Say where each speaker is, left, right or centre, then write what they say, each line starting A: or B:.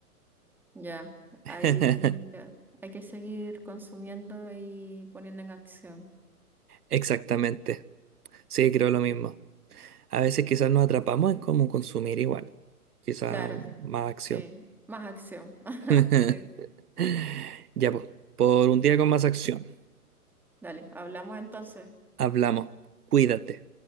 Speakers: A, in the centre; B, on the right.
A: Ya,
B: <laughs>
A: hay, hay que seguir consumiendo y poniendo en acción.
B: Exactamente. Sí, creo lo mismo. A veces quizás nos atrapamos en cómo consumir igual. Quizás
A: Claro,
B: más acción.
A: sí, más acción, <laughs>
B: <laughs>
A: sí.
B: Ya pues, por un día con más acción.
A: Dale, hablamos entonces.
B: Hablamos. Cuídate.